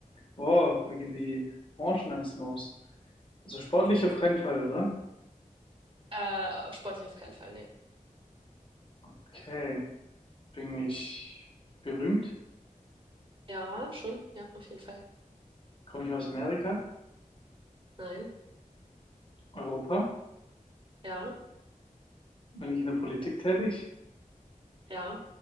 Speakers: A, on the left (about 40°); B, on the right (about 35°).
A: Boah, mir gehen die Branchen langsam aus. Also sportlich auf keinen Fall, oder?
B: Äh, sportlich auf keinen Fall, nee.
A: Okay. Bin ich berühmt?
B: Ja, schon, ja, auf jeden Fall.
A: Komme ich aus Amerika?
B: Nein,
A: Europa?
B: ja,
A: Bin ich in der Politik tätig?
B: ja,